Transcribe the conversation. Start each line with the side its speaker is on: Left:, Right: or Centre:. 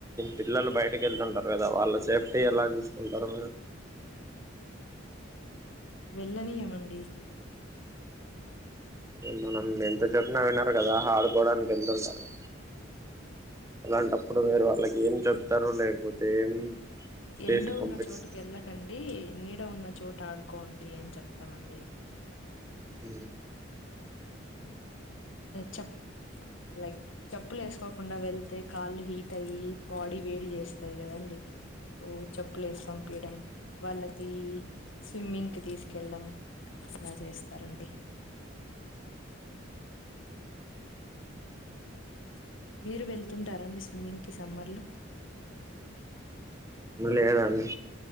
Right: పిల్లలు బయటకి వెళ్తుంటారు కదా వాళ్ళ సేఫ్టీ ఎలా చూసుకుంటారు
Left: వెళ్ళనీయం అండి
Right: మనం ఎంతో చెప్పిన కదా ఆడుకోవడానికి వెతుంటారు అలాంటప్పుడు మీరు వాళ్ళకి ఏం చెప్తారు లేకపోతే ఏం చేసి
Left: ఎండ
Right: పంపిస్తారు
Left: ఉన్న చోటుకి వెళ్ళకండి నీడ ఉన్న చోటు ఆడుకోండి అని చెప్త చెప్తామండీ
Right: హ
Left: చెప్ లైక్ చెప్పులు వేసుకోకుండా వెళ్తే కాళ్ళు హీట్ అయి బాడీ వేడి చేస్తారు కదండి ఓ చెప్పులు వేసి పంపియడం వాళ్ళకి స్విమ్మింగ్కి తీసుకెళ్ళడం సనలు చేస్తారండీ <inaudible> మీరు వెళ్తుంటారండి స్విమ్మింగ్ కి సమ్మర్ లో
Right: లేదండి